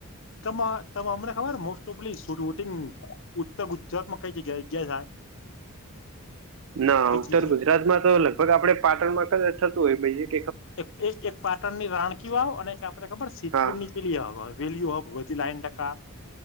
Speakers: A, on the left; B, on the right.
A: તમા ત અમને ખબર મોસ્ટ ઓફલીટંગ ઉત્તર ગુજરાતમાં કઈ જગ્યા જગ્યા થાય
B: ના
A: પી
B: ઉત્તર ગુજરાતમાં તો લગભગ આપડે પાટણમાં ક થતું હોય પછ
A: એક એક પાટણ ની રાણકી વાવ અને એક આપડણે ખબર છે સિદ્પુર
B: હા
A: ની હ હવેેલીઓ હબ વધધી લાન ટકા